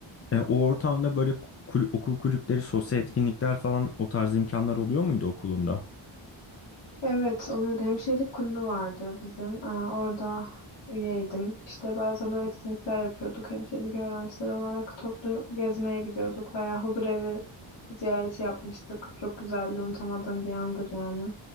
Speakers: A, on the left; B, on the left.
A: e, o ortamda böyle kul- okul kulüpleri, sosyal etkinlikler falan o tarz imkanlar oluyor muydu okulunda?
B: Evet oluyordu. Hemşirelik kulübü vardı bizim. Aa, orada üyeydim. İşte bazen böyle etkinlikler yapıyorduk. Hemşirelik öğrencileri olarak toplu gezmeye gidiyorduk veya huzur evi ziyareti yapmıştık. Çok güzeldi. Unutamadığım bir andır yani.